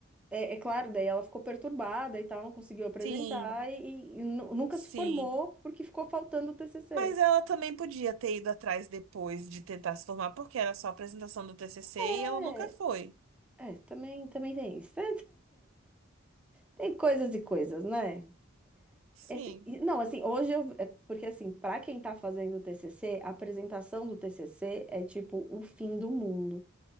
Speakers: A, in the centre; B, on the right (about 65°).
A: É, é claro, daí ela ficou perturbada e tal, não conseguiu apresentar
B: Sim,
A: e, e nu- nunca
B: sim.
A: se formou porque ficou faltando o TCC.
B: Mas ela também podia ter ido atrás depois de tentar se formar, porque era só a apresentação do TCC e
A: É,
B: ela nunca foi.
A: é, também, também tem isso. <laughs> Tem coisas e coisas, né?
B: Sim,
A: Esse- e- não, assim, hoje eu. é porque, assim, para quem tá fazendo o TCC, a apresentação do TCC é tipo o fim do mundo.